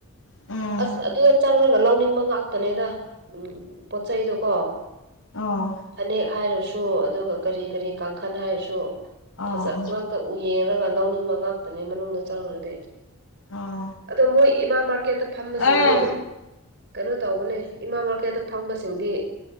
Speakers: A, on the left; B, on the right.
A: ꯎꯝ
B: ꯑꯁ ꯑꯗꯨ ꯆꯥꯡꯂ ꯂꯧꯅꯤꯡꯕ ꯉꯥꯛꯇꯅꯦꯗ ꯎꯝ ꯄꯣꯠ ꯆꯩꯗꯣ ꯀꯣ
A: ꯑꯥ
B: ꯐꯅꯦꯛ ꯍꯥꯏꯔꯁꯨ ꯑꯗꯨꯒ ꯀꯔꯤ ꯀꯔꯤ ꯀꯥꯡꯈꯜ ꯍꯥꯏꯔꯁꯨ
A: ꯑꯥ
B: ꯐꯖꯕ ꯉꯥꯛꯇ ꯎ ꯌꯦꯡꯔꯒ ꯂꯧꯅꯤꯡꯕ ꯉꯥꯛꯇꯅꯦ ꯃꯅꯨꯡꯗ ꯆꯪꯉꯒꯗꯤ
A: ꯑꯣ
B: ꯑꯗ ꯃꯣꯏ ꯏꯃꯥ ꯃꯥꯔꯀꯦꯠꯇ ꯐꯝꯕꯁꯤꯡꯗꯤ
A: ꯑꯦ
B: ꯀꯩꯅꯣ ꯇꯧꯕꯅꯦ ꯏꯃꯥ ꯃꯥꯔꯀꯦꯠꯇ ꯐꯪꯝꯕꯁꯤꯡꯗꯤ